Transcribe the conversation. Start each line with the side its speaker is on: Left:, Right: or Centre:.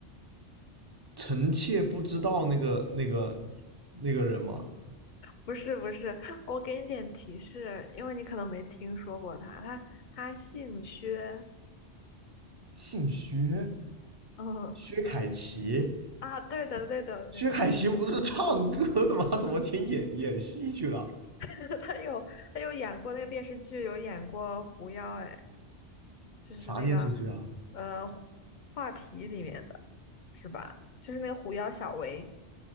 Right: 臣妾不知道那个那个那个人吗？
Left: 不是不是，我给你点提示，因为你可能没听说过他。他他姓薛，
Right: 姓薛，
Left: 嗯
Right: 薛凯琪。
Left: 啊，对的对的对的，
Right: 薛凯琪不是唱歌的吗？怎么去演演戏去了？
Left: <laughs> 他有他有演过那个电视剧，有演过狐妖，哎，就是那个
Right: 啥电视剧啊？
Left: 呃画皮里面的是吧？就是那个狐妖小唯。